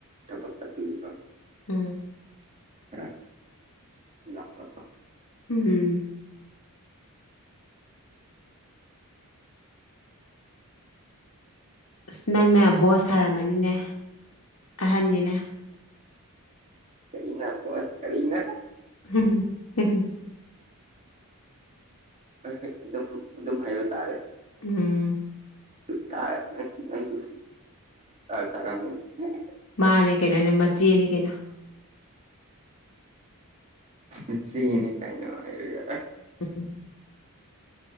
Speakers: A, on the right (about 30°); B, on the left (about 65°).
A: ꯊꯕꯛ ꯆꯠꯄꯤꯅꯤꯀꯣ
B: ꯎꯝ
A: ꯈꯔ ꯂꯥꯛꯄ
B: ꯎꯝ ꯑꯁ ꯅꯪꯅ ꯕꯣꯁ ꯁꯥꯔꯝꯃꯅꯤꯅꯦ ꯑꯍꯟꯅꯤꯅ
A: ꯀꯔꯤꯅ <unintelligible> ꯀꯔꯤꯅ
B: ꯍꯝ ꯍꯝ
A: ꯍꯣꯏ ꯍꯣꯏ ꯑꯗꯨꯝ ꯑꯗꯨꯝ ꯍꯥꯏꯕ ꯇꯥꯔꯦ
B: ꯎꯝ
A: ꯇꯪ ꯅꯪ ꯆꯣ ꯁꯔꯥ ꯃꯅꯤ <unintelligible>
B: ꯃꯥꯅꯦ ꯀꯩꯅꯣ ꯃꯆꯦꯅꯤ ꯀꯩꯅꯣ
A: ꯃꯆꯦꯅꯤ ꯀꯩꯅꯣ ꯍꯥꯏꯔ
B: ꯎꯝ